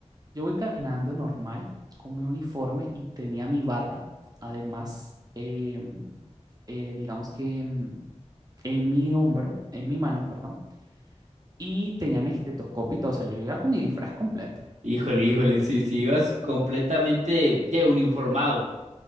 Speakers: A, on the right (about 35°); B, on the right (about 80°).
A: yo voy caminando normal con mi uniforme y tenía mi bata, además, em, eh, digamos que em, en mi hombro, en mi mano, perdón y tenía mi estetoscopio y todo, o sea, yo iba con mi disfraz completo,
B: Híjole, híjole, sí, sí, ibas completamente ya uniformado,